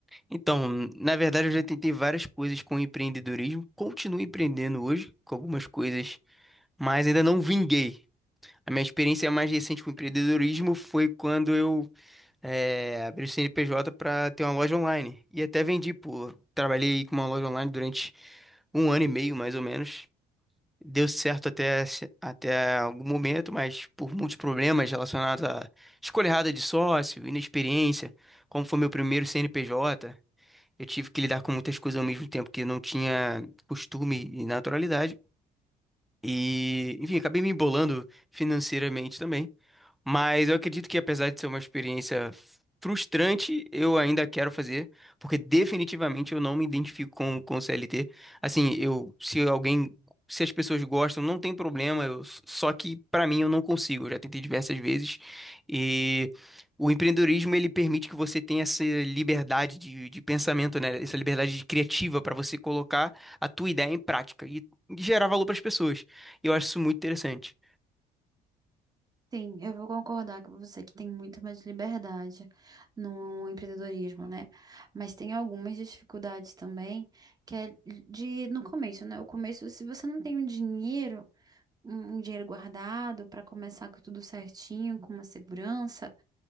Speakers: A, in the centre; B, on the right.
A: Então, na verdade, eu já tentei várias coisas com empreendedorismo. Continuo empreendendo hoje com algumas coisas, mas ainda não vinguei. A minha experiência mais recente com empreendedorismo foi quando eu é, abri o CNPJ para ter uma loja online. E até vendi, pô. Trabalhei com uma loja online durante um ano e meio, mais ou menos. Deu certo até, se- até algum momento, mas por muitos problemas relacionados à escolha errada de sócio, inexperiência, como foi meu primeiro CNPJ, eu tive que lidar com muitas coisas ao mesmo tempo que eu não tinha costume e naturalidade. E, enfim, acabei me embolando financeiramente também. Mas eu acredito que, apesar de ser uma experiência frustrante, eu ainda quero fazer, porque definitivamente eu não me identifico com, com o CLT. Assim, eu, se alguém, se as pessoas gostam, não tem problema, eu, só que pra mim eu não consigo. Eu já tentei diversas vezes. E o empreendedorismo, ele permite que você tenha essa liberdade de, de pensamento, né? Essa liberdade criativa para você colocar a tua ideia em prática e gerar valor para as pessoas. E eu acho isso muito interessante.
B: Sim, eu vou concordar com você que tem muito mais liberdade no empreendedorismo, né? Mas tem algumas dificuldades também, que é de no começo, né? O começo, se você não tem um dinheiro, um um dinheiro guardado para começar com tudo certinho, com uma segurança,